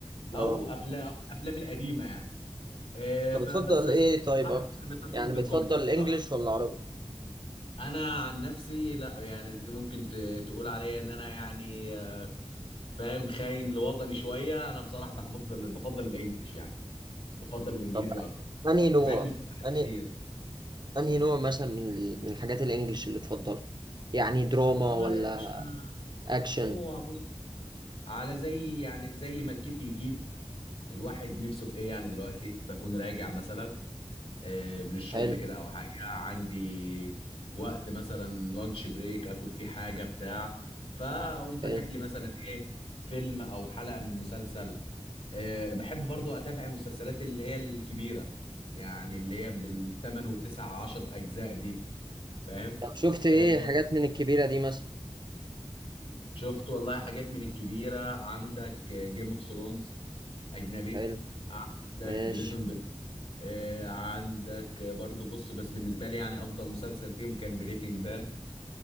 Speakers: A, on the left; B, on the right.
A: او
B: اه
A: افلام او الافلام القديمه يعني آه،
B: طب
A: فبس
B: بتفضل
A: بس-
B: ايه طيب
A: بصراحه
B: اكتر
A: شايف إن ما يطلعش
B: يعني
A: منهم غير كوميدي
B: بتفضل الانجليش
A: اه
B: ولا العربي؟
A: انا عن نفسي لا يعني ت- ممكن ت- تقول عليا ان انا يعني آه، فاهم خاين لوطني شويه انا بصراحه بفضل بفضل الانجليش يعني بفضل الانجليزي
B: طب
A: اكتر
B: انهي نوع
A: تابعت مسلسلات
B: انهي
A: كتير
B: انهي نوع مثلا من ال- من الحاجات الانجليش اللي تفضلها يعني دراما
A: والله
B: ولا
A: يا باشا
B: اكشن
A: هو بص على زي يعني زي ما الكيف يجيب الواحد
B: مم.
A: نفسه في ايه يعني دلوقتي بكون راجع مثلا آه، من الشغل
B: حلو
A: كده او حاجه عندي وقت مثلا لانش بريك اكل فيه حاجه بتاع فاقوم فاتح
B: حلو
A: لي مثلا ايه فيلم او حلقه من مسلسل آه، بحب برضو اتابع المسلسلات اللي هي الكبيره يعني اللي هي بالثمان والتسع عشر اجزاء دي فاهم
B: طب شفت
A: آه،
B: ايه حاجات من الكبيرة دي مثلا
A: شفت والله حاجات من الكبيرة عندك جيم اوف ثرونز أجنبي
B: حلو
A: عندك
B: ماشي
A: بريزون بريك عندك برضو بص بس بالنسبة لي يعني أفضل مسلسل فيهم كان بريكنج باد